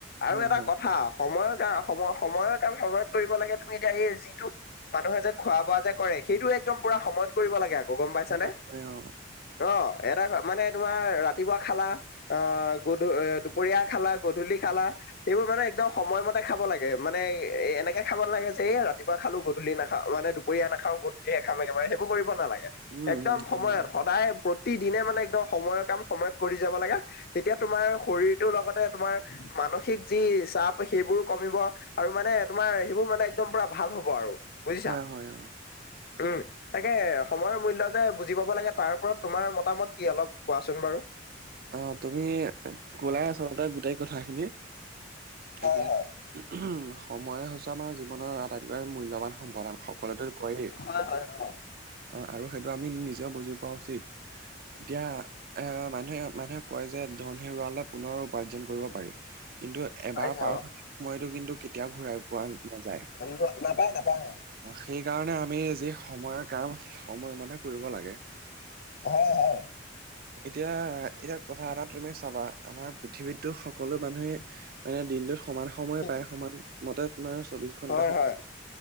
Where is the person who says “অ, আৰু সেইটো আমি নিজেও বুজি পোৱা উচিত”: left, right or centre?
Right